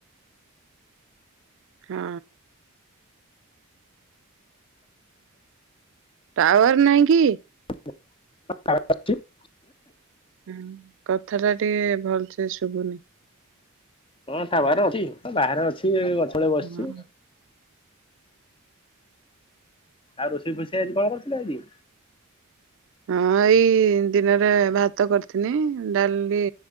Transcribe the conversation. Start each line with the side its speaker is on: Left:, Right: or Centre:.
Right: ହଁ। ଟାୱାର ନହିଁ କି?
Left: <inaudible>
Right: ହୁଁ କଥା ଟା ଟିକେ ଭଲସେ ଶୁଭୁନି।
Left: ହଁ ଟାୱାର ଅଛି ବାହାରେ ଅଛି ଏ ଗଛମୂଳେ ବସିଛି।
Right: ହଁ
Left: ଆଉ ରୋଷେଇ ଫୋଷେଇ ଆଜି କଣ କରିଥିଲେ ଆଜି?
Right: ହଁ ଏଇ ଦିନରେ ଭାତ କରିଥିନି ଡାଲି,